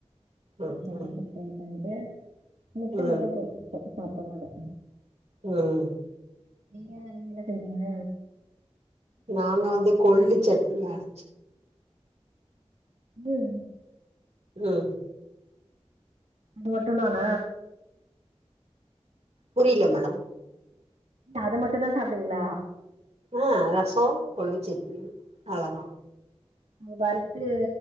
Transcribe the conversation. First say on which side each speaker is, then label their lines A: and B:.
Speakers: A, on the right; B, on the right.
A: ம்
B: பொட்டேட்டோ
A: ம்
B: ஃப்ரை பண்ணிட்டு முட்டை
A: ம்
B: மட்டு பொறிச்சிட்டோ சாப்பிடும்போது
A: உஹம்
B: நீங்க நீங்க எல்லாட்டுக்குங்க
A: நாங்க வந்து கொல்லு சட்னி அரச்சு
B: ம்
A: ம்
B: அது மட்டு தான
A: புரியல மேடம்
B: அத மட்டு தா சாப்பிடுவிங்களா
A: ஆ ரசம் கொல்லு சட்னி அவ்ளோதா
B: வறுத்து